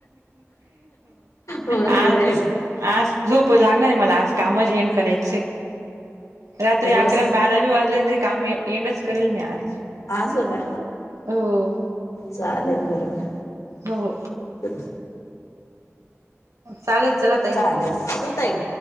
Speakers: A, on the left (about 80°); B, on the right (about 90°).
A: होय
B: आज
A: होय.
B: आज झोप लागणार मला आज कामच येन करायचे रात्री अकरा
A: अस
B: आणि बारा रवीवार तरी काम एंडच करेल मी आज.
A: असो का
B: हो
A: चालेल बरोबर.
B: हो
A: ते <inaudible>
B: चालेल चालेल.
A: चालेल. हो ताई